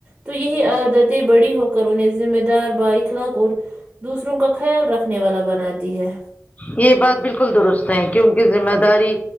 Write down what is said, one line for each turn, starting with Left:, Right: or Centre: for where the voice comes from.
Right: تو یہی عادتیں بڑی ہو کر انہیں ذمہ دار با اخلاق اور دوسروں کا خیال رکھنے والا بناتی ہے
Left: یہ بات بالکل درست ہے کیونکہ ذمہ داری